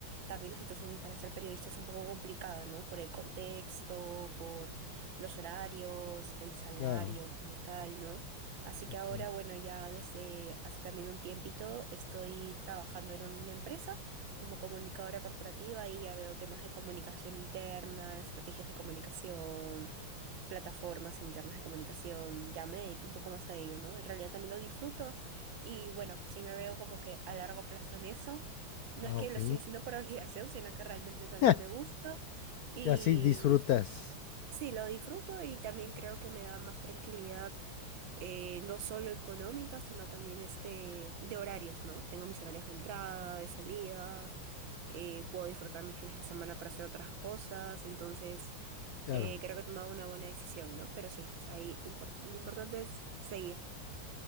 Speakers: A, on the right; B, on the left.
A: también la situación para ser periodista es un poco complicada, ¿no? Por el contexto, por los horarios, el salario
B: claro.
A: como tal, ¿no? Así
B: Ujú.
A: que ahora, bueno, ya desde hace también un tiempito estoy trabajando en una empresa como comunicadora corporativa y ya veo temas de comunicación interna, estrategias de comunicación, plataformas internas de comunicación, ya me dedico un poco más a ello, ¿no? En realidad también lo disfruto y bueno, sí me veo como que a largo plazo en eso. No
B: Ah,
A: es que
B: ok.
A: lo estoy haciendo por <laughs> obligación, sino que realmente también
B: <laughs>
A: me gusta y
B: Y así disfrutas,
A: sí, lo disfruto y también creo que me da más tranquilidad, eh, no solo económica, sino también este de horarios, ¿no? Tengo mis horarios de entrada, de salida eh, puedo disfrutar mis fines de semana para hacer otras cosas, entonces
B: claro.
A: eh, creo que he tomado una buena decisión, ¿no? Pero sí, ahí impor- lo importante es seguir.